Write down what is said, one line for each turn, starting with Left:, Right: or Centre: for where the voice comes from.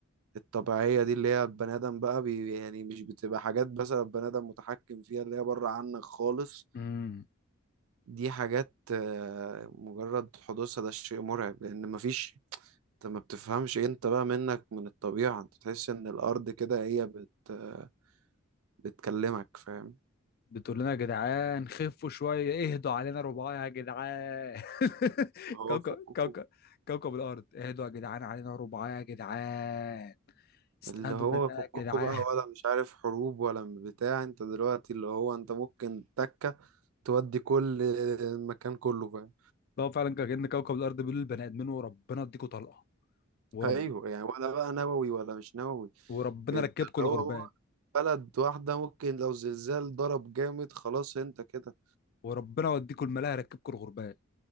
Right: الطبيعية دي اللي هي البني آدم بقى بي يعني مش بتبقى حاجات مثلا البني آدم متحكم فيها اللي هي بره عنك خالص
Left: امم
Right: دي حاجات آه، مجرد حدوثها ده شيء مرعب لأن مفيش انت ما بتفهمش إيه انت بقى منك من الطبيعة انت تحس ان الأرض كده هي بت آه، بتكلمك فاهم
Left: بتقول لنا يا جدعان خفوا شويه اهدوا علينا رباعي يا جدعان <laughs>
Right: اللي هو
Left: كوكب
Right: فككوا
Left: كوكب كوكب الارض اهدوا يا جدعان علينا رباعي يا جدعان استهدوا
Right: اللي هو
Left: بالله
Right: فككوا
Left: يا جدعان
Right: بقى ولا مش عارف حروب ولا بتاع انت دلوقتي اللي هو انت ممكن تكة تودي كل المكان كله فاهم
Left: <laughs> هو فعلا كان كوكب الارض بيقول للبني ادمين وربنا اديكوا طلقه ورب
Right: ايوه يعني ولا بقى نووي ولا مش نووي
Left: وربنا
Right: انت
Left: ركبكم
Right: اللي
Left: الغربان
Right: هو هو بلد واحدة ممكن لو زلزال ضرب جامد خلاص انت كده
Left: وربنا يوديكم الملاهي ركبكم الغربان